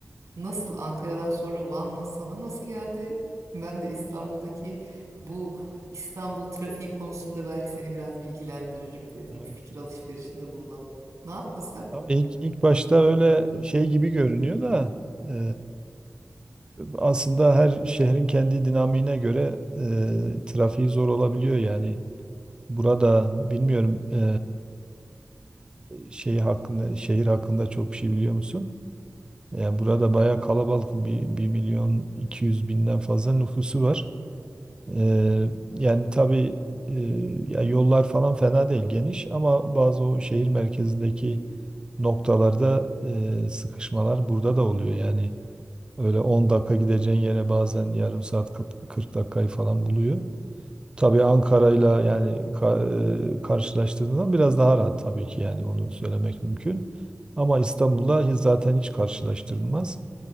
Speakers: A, on the right; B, on the right.
A: Nasıl Ankara'dan sonra Van na- sana nasıl geldi? Ben de İstanbul'daki bu İstanbul trafiği konusunda belki seni biraz bilgilendiririm dedim.
B: Evet.
A: Bir fikir alışverişinde bulunalım. Ne yaptın sen?
B: Tabii ilk, ilk başta öyle şey gibi görünüyor da e, aslında her şehrin kendi dinamiğine göre e, trafiği zor olabiliyor yani. Burada bilmiyorum e, şey hakkında şehir hakkında çok bir şey biliyor musun? Yani burada bayağı kalabalık bir, 1 milyon 200 binden fazla nüfusu var. E, yani tabii e, ya yollar falan fena değil geniş ama bazı o şehir merkezindeki noktalarda e, sıkışmalar burada da oluyor. Yani öyle 10 dakika gideceğin yere bazen yarım saat kırk 40 dakikayı falan buluyor. Tabii Ankara'yla yani ka- e, karşılaştırdığında biraz daha rahat tabii ki yani onu söylemek mümkün. Ama İstanbul'la hiç- zaten hiç karşılaştırılmaz.